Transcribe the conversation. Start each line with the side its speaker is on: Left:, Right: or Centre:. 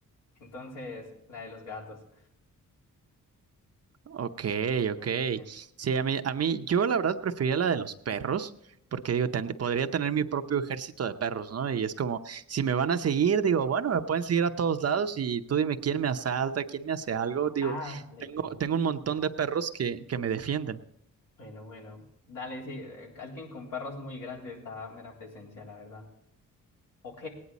Left: Entonces, la de los gatos.
Right: Ok, ok.
Left: Bien, bien.
Right: Sí, a mí, a mí, yo la verdad prefería la de los perros, porque digo, ten- podría tener mi propio ejército de perros, ¿no? Y es como, si me van a seguir, digo, bueno, me pueden seguir a todos lados y tú dime quién me asalta, quién me hace algo. Digo,
Left: Ah, dale,
Right: tengo,
Left: sí.
Right: tengo un montón de perros que, que me defienden.
Left: Bueno, bueno. Dale, sí. eh, Alguien con perros muy grandes da mera presencia, la verdad. Ok.